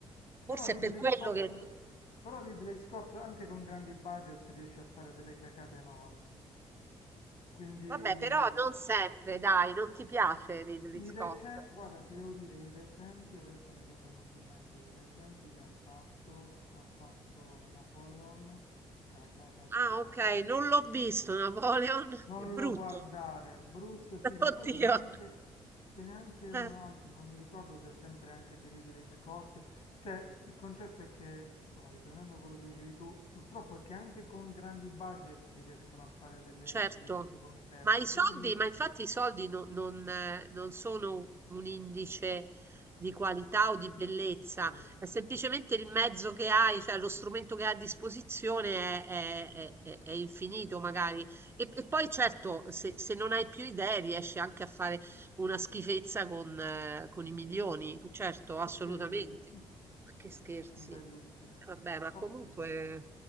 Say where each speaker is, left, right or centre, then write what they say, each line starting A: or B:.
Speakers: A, on the right; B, on the left.
A: Forse
B: Però Ridley
A: è per quello
B: Scott,
A: che...
B: però Ridley Scott anche con grandi budget riesce a fare delle cacate enormi. Quindi
A: Vabbè, però non sempre, dai, non ti piace Ridley
B: I
A: Scott.
B: rece- Guarda, ti devo dire, i recenti, adesso mi sono venuti in mente i recenti che ha fatto, ha fatto Napoleon, cacata totale.
A: Ah, ok, non l'ho visto,
B: No.
A: Napoleon, <laughs>
B: Non
A: è brutto.
B: lo guardare, brutto sì,
A: <laughs> Oddio.
B: ma poi ce n'è anche, ce n'è anche un
A: Eh.
B: altro, non mi ricordo se è sempre anche di Ridley Scott. Cioè, il concetto è che, insomma, riprendendo quello che dicevi tu, purtroppo è che anche con grandi budget si riescono a fare delle,
A: Certo,
B: delle cose vomitevoli,
A: ma i soldi,
B: quindi
A: ma infatti i soldi no- non, eh, non sono un indice di qualità o di bellezza,
B: <laughs> sì.
A: è semplicemente il mezzo che hai, cioè lo strumento che hai a disposizione è, è- è- è- è infinito magari. E, e poi certo, se, se non hai più idee riesci anche a fare una schifezza con, eh, con i milioni,
B: <laughs> Que-
A: certo,
B: que-
A: assolutamente.
B: Sì, sì, sì, <laughs>
A: Ma che scherzi.
B: un bel lusso.
A: Vabbè, ma
B: Ottimo,
A: comunque...